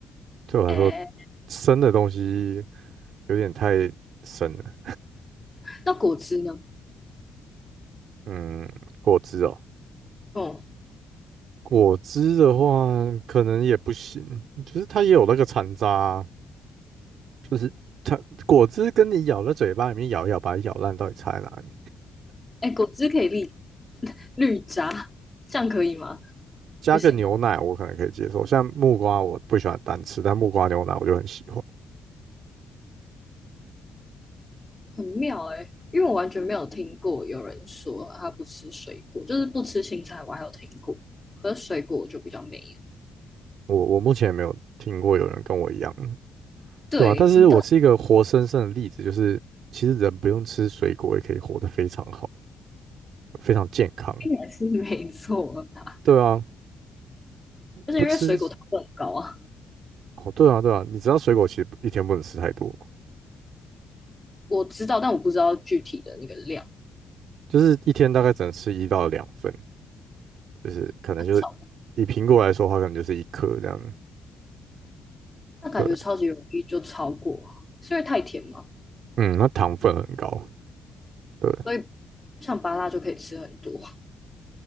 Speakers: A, on the right (about 70°); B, on the left (about 15°).
A: 对我来说，
B: 哎，
A: 生的东西有点太生了。
B: 那果汁呢？
A: 嗯，果汁哦，
B: 哦，
A: 果汁的话可能也不行，就是它也有那个残渣啊就是它果汁跟你咬在嘴巴里面咬一咬，把它咬烂，到底差在哪里？
B: 哎，果汁可以绿绿榨，这样可以吗？
A: 加个牛奶我可能可以接受，
B: 不行，
A: 像木瓜我不喜欢单吃，但木瓜牛奶我就很喜欢。
B: 很妙哎、因为我完全没有听过有人说他不吃水果，就是不吃青菜，我还有听过，可是水果我就比较没有。
A: 我我目前没有听过有人跟我一样，
B: 对，
A: 对啊，但是我是一个活生生的例子，
B: 你到
A: 就是其实人不用吃水果也可以活得非常好，非常健康。
B: 应该是没错啦，
A: 对啊，
B: 就是因为水果糖分很高啊，
A: 不吃哦，对啊对啊，你知道水果其实一天不能吃太多吗，
B: 我知道，但我不知道具体的那个量，
A: 就是一天大概只能吃一到两份，就是可能就是以苹果来说的话，
B: 很少
A: 可能就是一颗这样。
B: 那感觉超级容易就超过啊，
A: 对，
B: 是因为太甜吗？
A: 嗯，那糖分很高，对
B: 所以像芭乐就可以吃很多